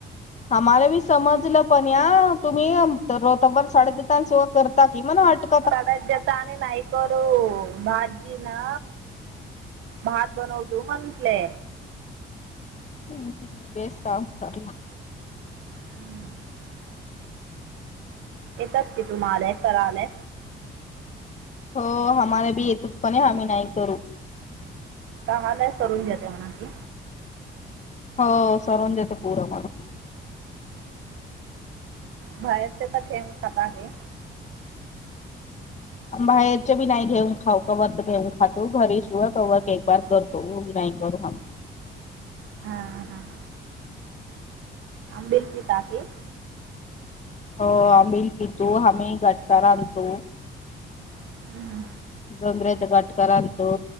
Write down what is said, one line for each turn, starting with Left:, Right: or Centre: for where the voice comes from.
Left: आम्हाला मी समजलं पण या तुम्ही <unintelligible> तब्बल साडेतीन तांसवा करता की म हट <unintelligible>
Right: प जता <unintelligible> नाही कररू भाजी ना भात बनवतो म्हंटले.
Left: हम्म <unintelligible>
Right: हम्म. <inaudible> येतात की तुम्हाले कराले?
Left: हो आम्हाला बी येतत. पणे आम्ही नाही करू.
Right: चहालाय करून घेता म्हणा की
Left: हो. करून देता पोरं बाळं.
Right: बाहेरच्या तर <unintelligible> आहे.
Left: आम् बाहेरच बी नाही घेऊन खाऊ कव तर घेऊन खातो घरीशिवाय रवा केक <unintelligible> वार करतो नाही करू हम.
Right: हम्म हम <inaudible> अंबिल पित आहे.
Left: हो आंबील पितो, आम्ही घटका आणतो.
Right: हम्म,
Left: डोंगराच्या गा घटका आणतो,